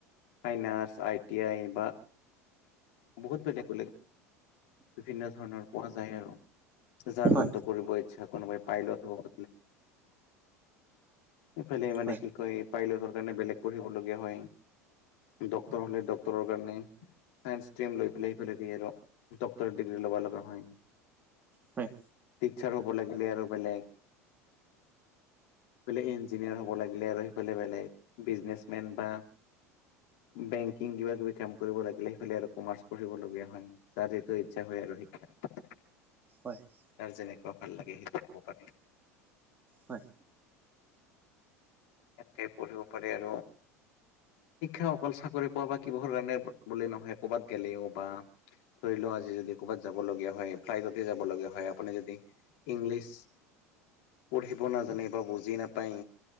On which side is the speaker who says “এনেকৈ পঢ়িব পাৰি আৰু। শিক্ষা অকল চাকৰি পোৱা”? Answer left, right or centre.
Left